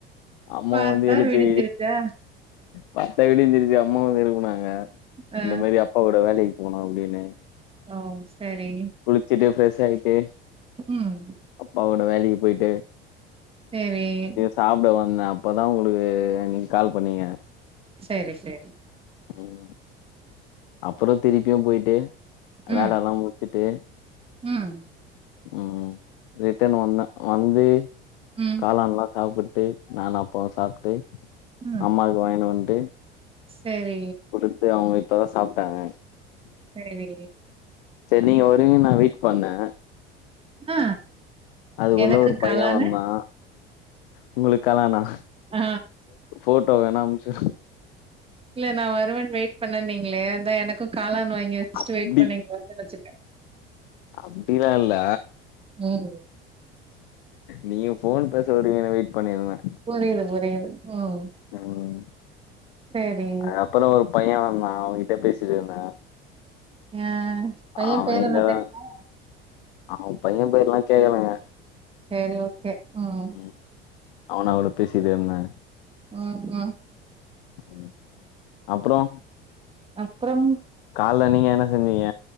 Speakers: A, on the left (about 60°); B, on the right (about 20°).
A: அம்மா
B: பாத்தா
A: வந்து எழுப்பி
B: விடிஞ்சிருச்சா
A: பாத்த வீடுஞ்சிருச்சி அம்மாவ எழுப்புனாங்க
B: ஆ
A: இந்த மாரி அப்பா கூட வேலைக்கு போனோ அப்டின்னு
B: ஓ சரி
A: குளிச்சுட்டு ஃபிரெஷ் ஆயிட்டு
B: ம்
A: அப்பாவோட வேலைக்கு போயிட்டு
B: சேரின்
A: சாப்பிட வந்தே அப்பதா உங்களுக்கு நீங்க கால் பண்ணீங்க
B: சேரி சேரி
A: ம் அப்பற திருப்பியு போயிட்டு வேல
B: ம்
A: எல்லா முடிச்சி விட்டுட்டு
B: ம்
A: ம் ரிட்டன் வந்தே வந்து
B: ம்
A: எல்லா நல்லா சாப்பிட்டு நானு அப்பாவு சாப்பிட்டு
B: ம்
A: அம்மாக்கு வாங்கினு வந்ட்டு
B: சரி
A: இப்போ அவங்க இப்பதா சாப்ட்டாங்க
B: சரி
A: சரி நீங்க வருவிங்க நா வெயிட் பண்ணே
B: ஆ
A: அதுக்குள்ள
B: எனக்கு
A: ஒரு பைய
B: காளானு
A: வந்தா உங்களுக்கெலானா
B: ஆ
A: போட்டோ வேணா அமிச்சி விடு
B: இல்ல நா வருவே வெயிட் பண்ணே நீங்களே அதா எனக்கு காலான் வாங்கி வச்சுட்டு
A: அப்டி
B: வெயிட் பண்ணீங்களோன்னு நெனச்சுட்டே
A: அப்படிலா இல்ல
B: ம்
A: நீங்க போன் பேச வருவீங்கன்னு வெயிட் பண்ணிருந்தே
B: புரியுது புரியுது ம்
A: ம்
B: சரி
A: அதுக்கப்பற ஒரு பைய வந்தா அவன்கிட்ட பேசிட்ருந்தே
B: ஆ பைய
A: அவ
B: பேர்
A: இங்கதா
B: என்ன தெரியுமா
A: அவ பைய பேர்ல்லா கேக்கலங்க
B: சரி ஓகே ம்
A: ம் அவன கூட பேசிட்டே இருந்தே
B: ம் ம்
A: ம் அப்பறோ
B: அப்பறம்
A: கால்ல நீங்க என்ன செஞ்சீங்க